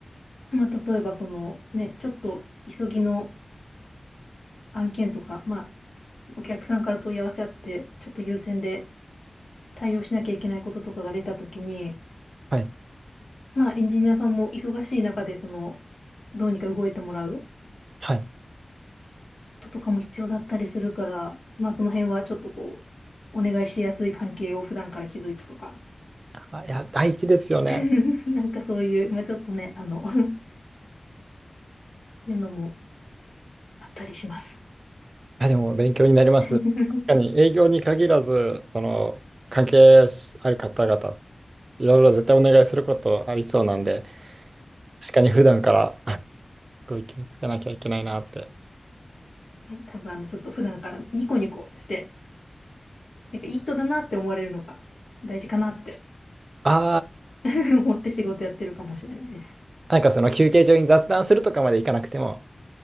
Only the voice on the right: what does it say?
はい。
はい。
あいや、大事ですよね。
あ、でも勉強になります。
確かに営業に限らず、その関係ある方々、いろいろ絶対お願いすることありそうなんで、確かに普段からあこう気をつけなきゃいけないなって。
あ
あ、なんかその休憩中に雑談するとかまでいかなくても、